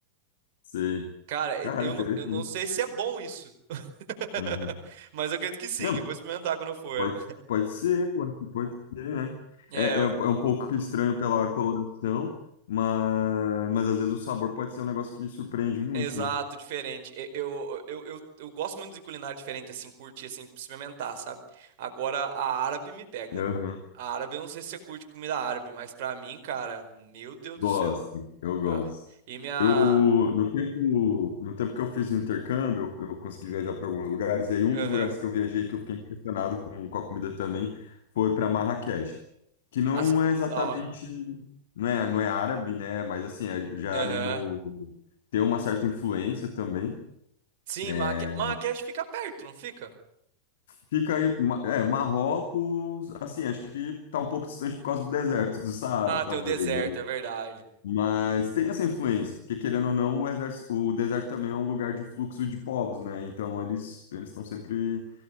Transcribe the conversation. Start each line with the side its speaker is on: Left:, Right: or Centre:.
Left: Sei.
Right: Cara,
Left: Caralho,
Right: eu
Left: interessante.
Right: não, eu não sei se é bom isso. <laughs>
Left: Uhum.
Right: Mas eu acredito que sim,
Left: Não, mas
Right: eu vou experimentar quando eu for.
Left: pode, pode ser, pode, pode ser, né?
Right: É,
Left: É,
Right: eu-
Left: é, um é um pouco estranho pela coloração, mas, mas às vezes o sabor pode ser um negócio que surpreende muito,
Right: exato,
Left: né?
Right: diferente. E- Eu, eu, eu, eu gosto muito de culinária diferente, assim, curtir, assim, experimentar, sabe? Agora, a árabe me pega.
Left: Aham.
Right: A árabe, eu não sei se você curte comida árabe, mas pra mim, cara, meu Deus
Left: Gosto,
Right: do céu,
Left: eu gosto.
Right: cara. E minha.
Left: Eu, no tempo, no tempo que eu fiz o intercâmbio, eu, eu consegui viajar para alguns lugares, e aí um
Right: Aham.
Left: dos lugares que eu viajei que eu fiquei impressionado com, com a comida também foi para Marrakech, que não
Right: As-
Left: é exatamente,
Right: Da hora.
Left: não é, não é árabe, né? Mas assim, é já
Right: Aham.
Left: ali no, tem uma certa influência também.
Right: Sim,
Left: é,
Right: Marraque... Marrakech fica perto, não fica?
Left: Fica aí, Ma- é, Marrocos, assim, acho que tá um pouco distante por causa do deserto do Saara,
Right: Ah,
Left: talvez,
Right: tem o deserto,
Left: né?
Right: é verdade.
Left: Mas tem essa influência, porque querendo ou não, o, exército- o deserto também é um lugar de fluxo de povos, né? Então eles eles estão sempre